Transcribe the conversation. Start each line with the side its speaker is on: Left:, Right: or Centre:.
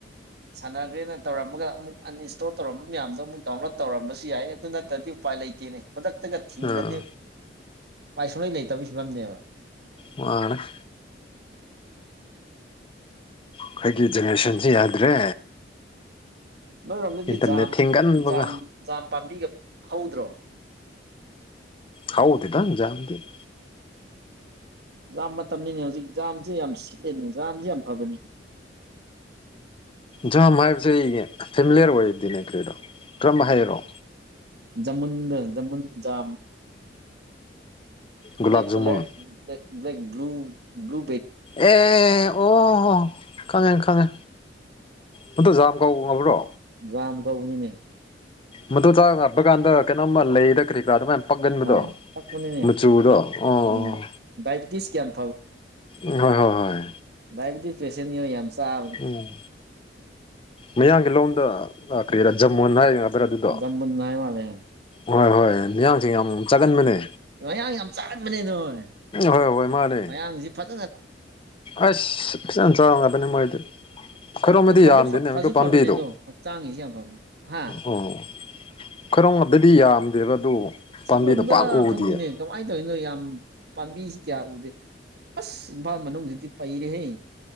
Right: ꯁꯥꯟꯅꯈ꯭ꯔꯦꯅ ꯇꯧꯔꯝꯃꯒ ꯑꯃꯨꯛ ꯑꯟꯢꯟꯁꯇꯣꯜ ꯇꯧꯔꯝꯕ ꯃꯌꯥꯝꯗꯣ ꯑꯃꯨꯛ ꯗꯥꯎꯟꯂꯣꯗ ꯇꯧꯔꯝꯕꯁꯨ ꯌꯥꯏ ꯑꯗꯨ ꯅꯠꯇ꯭ꯔꯗꯤ ꯎꯄꯥꯢ ꯎꯄꯥꯏ ꯂꯩꯇꯦꯅꯦ ꯈꯨꯗꯛꯇꯒ ꯊꯤꯡꯒꯤꯔꯗꯤ
Left: ꯎꯝ
Right: ꯎꯄꯥꯏ ꯁꯨꯡꯂꯩ ꯂꯩꯇꯕꯒꯤ ꯐꯤꯕꯝꯅꯦꯕ
Left: ꯃꯔꯔ ꯑꯩꯈꯣꯏꯒꯤ ꯖꯦꯅꯦꯔꯦꯁꯟꯁꯤ ꯌꯥꯗ꯭ꯔꯦ
Right: ꯃꯔꯔꯣꯝꯗꯗꯤ
Left: ꯏꯟꯇꯔꯅꯦꯠ
Right: ꯖꯥꯝ
Left: ꯊꯤꯡꯒꯟꯕꯒ
Right: ꯖꯝ ꯖꯥꯝ ꯄꯥꯝꯕꯤꯒ ꯍꯧꯗ꯭ꯔꯣ
Left: ꯍꯥꯎꯗꯗꯖꯝꯗꯤ
Right: ꯖꯥꯝ ꯃꯇꯝꯅꯤꯅꯦ ꯍꯧꯖꯤꯛ ꯖꯥꯝꯁꯦ ꯌꯥꯝ ꯁꯤꯠꯂꯦꯅꯦ ꯖꯥꯝꯁ ꯌꯥꯝ ꯐꯕꯅꯤꯅꯦ <inaudible>
Left: ꯖꯥꯝ ꯍꯥꯏꯕꯁꯦ ꯑꯩ ꯐꯦꯃꯤꯂꯤꯌꯔ ꯑꯣꯏꯗꯤꯅꯦ ꯀ꯭ꯔꯔꯤꯗꯣ ꯀꯔꯝꯝꯕ ꯍꯥꯏꯔꯛꯑꯣ
Right: ꯖꯃꯨꯟꯗ ꯖꯃꯨꯟꯖꯥꯝ
Left: ꯒꯨꯂꯥꯞ
Right: ꯕ꯭ꯂꯦꯛ
Left: ꯖꯃꯨꯟ
Right: ꯀꯂꯔ꯭ꯂ ꯕ ꯭ꯂꯨ ꯭ꯂꯨ
Left: ꯑꯦ ꯑꯣꯣ ꯈꯉꯦ ꯈꯉꯦ ꯃꯗꯨ ꯖꯥꯝ ꯀꯥꯎ ꯉꯕ꯭ꯔꯣ
Right: ꯖꯝ ꯀꯥꯑꯣꯕꯅꯤꯅꯦ
Left: ꯃ ꯇꯨ ꯆ ꯔꯕꯒꯥꯟꯗ ꯀꯩꯅꯣ ꯃꯜꯦ ꯇꯛꯔꯤ ꯀꯥꯗ ꯃ ꯄꯥꯛꯒꯟꯕꯗꯣ
Right: ꯍꯣꯏ ꯄꯛꯄꯅꯤꯅꯦ
Left: ꯃꯆꯨꯗꯣ ꯑꯥ
Right: ꯎꯝ
Left: ꯑꯥ
Right: ꯗꯥꯏꯕꯤꯇꯤꯁꯀꯤ ꯌꯥꯝ
Left: ꯎ ꯍꯣꯏ ꯍꯣꯏ ꯍꯣꯏ
Right: ꯗꯥꯌꯦꯦꯇꯤꯤꯁ ꯄꯦꯁꯦꯟ ꯌ ꯌꯥꯝ ꯆꯥꯕꯅꯦ
Left: ꯎꯝ ꯃꯌꯥꯝꯡꯒꯤ ꯂꯣꯝꯗ ꯀꯔꯤꯔꯥ ꯖꯃꯣꯟ ꯍꯥꯏꯔꯤ ꯑꯣꯇꯔ ꯑꯗꯨꯗꯣ
Right: ꯖꯝꯕꯨꯟ ꯍꯥꯏ ꯃꯥꯜꯂꯦ
Left: ꯍꯣꯏ ꯍꯣꯏ ꯃꯤꯌꯥꯡꯁꯦ ꯌꯥꯝ ꯆꯒꯟꯕꯅꯦ
Right: ꯃꯌꯥꯡ ꯌꯥꯝ ꯆꯥꯥꯟꯕꯅꯦꯗꯣꯏ
Left: ꯍꯣꯏ ꯍꯣꯏ ꯃꯥꯅꯦ
Right: ꯃꯌꯥꯡꯁꯤ ꯐꯖ
Left: ꯑꯁ ꯆ ꯆ ꯋꯥꯅꯤ ꯃꯣꯏꯗꯤ ꯈꯔꯣꯃꯗꯤ
Right: ꯑꯗꯨ ꯐꯗꯤ
Left: ꯌꯥꯝꯗꯦꯅꯦꯕ
Right: ꯐꯁꯨ
Left: ꯑꯗꯨ ꯄꯥꯝꯕꯤꯗꯣ
Right: ꯐꯕꯅꯦ ꯑꯗꯣ ꯍꯛꯆꯥꯡꯒꯤꯁꯨ ꯌꯥꯝ ꯐꯕꯅꯦ ꯍꯥ
Left: ꯑꯣ ꯈꯔꯗꯗꯤ ꯌꯥꯝꯗꯦꯕ ꯑꯗꯨ
Right: ꯆꯤꯡꯂꯣꯝꯗ
Left: ꯄꯥꯝꯕꯤꯗꯣ ꯄꯥꯛ ꯎꯗꯤꯌꯦ
Right: ꯈꯪꯗꯦꯅꯦ ꯀꯃꯥꯏꯅ ꯇꯧꯔꯤꯅꯣ ꯌꯥꯝ ꯄꯥꯝꯕꯤꯁꯤ ꯀꯌꯥ ꯎꯗꯦ ꯑꯁ ꯏꯝꯐꯥꯜ ꯃꯅꯨꯡꯁꯤꯗꯤ ꯄꯩꯔꯦꯍꯦ